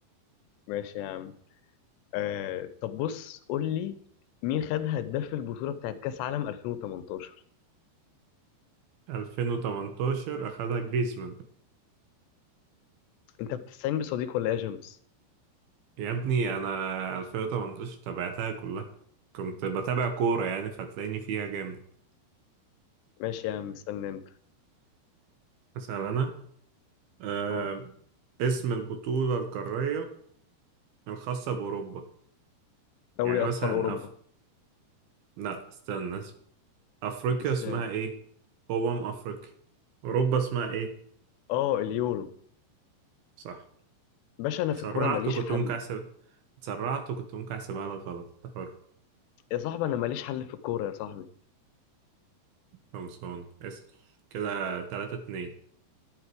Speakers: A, on the left (about 80°); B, on the right (about 70°).
A: ماشي يا عم آه طب بص قول لي مين خد هداف البطولة بتاعت كأس عالم 2018
B: 2018 اخدها جريزمان
A: انت بتستعين بصديق ولا ايه يا جيمس
B: يا ابني انا 2018 تابعتها كلها كنت بتابع كورة يعني فتلاقيني فيها جامد
A: ماشي يا عم استنى انت
B: مثلا انا آه
A: اه
B: اسم البطولة القارية الخاصة بأوروبا
A: دوري
B: يعني مثلا
A: ابطال اوروبا
B: أف... لا استنى اسم. أفريقيا
A: ازاي
B: اسمها ايه أمم أفريقيا أوروبا اسمها ايه
A: اه اليورو
B: صح
A: باشا انا
B: تسرعت
A: في الكورة ماليش
B: وكنت
A: حل
B: ممكن أحسب تسرعت وكنت ممكن أحسبها لك غلط ده حر
A: يا صاحبي انا ماليش حل في الكورة يا صاحبي
B: خلصان اسأل كده تلاتة اتنين